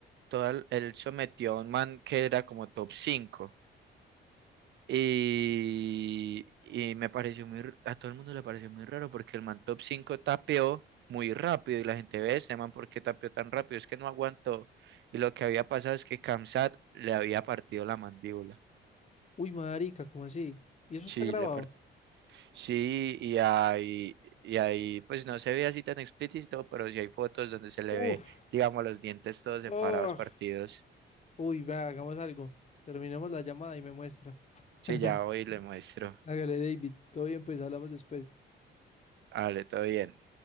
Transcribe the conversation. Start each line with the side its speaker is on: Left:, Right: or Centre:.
Right: todo el- él sometió a un man que era como top cinco Y, y me pareció muy, r- a todo el mundo le pareció muy raro porque el man top 5 tapeó muy rápido y la gente ve, este man, ¿por qué tapeó tan rápido? Es que no aguantó. Y lo que había pasado es que Kamsat le había partido la mandíbula.
Left: Uy, marica, ¿cómo así? ¿Y eso
Right: Sí,
Left: está grabado?
Right: le part- sí, y ahí, y ahí, pues no se ve así tan explícito, pero sí hay fotos donde se le
Left: Uf,
Right: ve, digamos, los dientes todos separados,
Left: oh.
Right: partidos.
Left: Uy, va, hagamos algo. Terminemos la llamada y me muestra.
Right: Sí,
Left: <laughs>
Right: ya hoy le muestro.
Left: Hágale, David. Todo bien, pues hablamos después.
Right: Vale, todo bien.